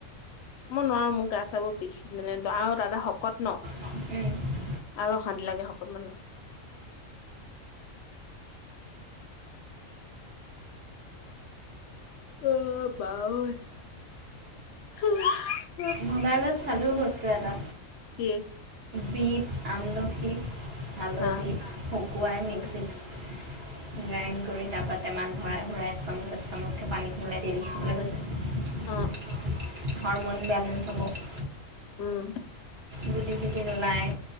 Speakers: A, on the left; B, on the right.
A: মই নোৱাৰো মোৰ গা-চাবোৰ বিষ, মানে আও তাতে শকত ন'।
B: উম।
A: আৰু অশান্তি লাগে শকত মানুহ। অ', ঐ
B: মোবাইলত চালোঁ বস্তু এটা
A: <unintelligible>
B: বিট আমলখি হালধি,
A: হা
B: শুকুৱাই মিক্সিত
A: অ
B: গ্ৰাইণ্ড কৰি তাৰ পৰা টেমাত ভৰাই ভৰাই এক চামুচ চামুচকে পানী মেলাই ডেইলি খাবলৈ গৈছে
A: অ
B: হৰমন বেলেঞ্চ হব
A: উম
B: গুটি চুটি নোলায়